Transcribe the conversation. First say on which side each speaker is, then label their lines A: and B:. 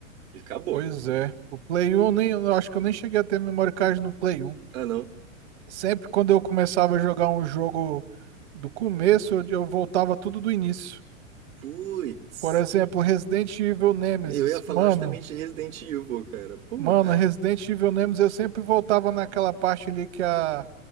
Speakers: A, on the right; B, on the right.
A: e acabou.
B: pois é. O Play 1, eu nem, eu acho que eu nem cheguei a ter memory card no Play 1.
A: Ah, não.
B: Sempre quando eu começava a jogar um jogo do começo, eu, eu voltava tudo do início.
A: Putz.
B: Por exemplo, Resident Evil Nemesis.
A: Eu ia falar
B: Mano,
A: justamente de Resident Evil, cara. Pô.
B: mano, Resident Evil Nemesis, eu sempre voltava naquela parte ali que a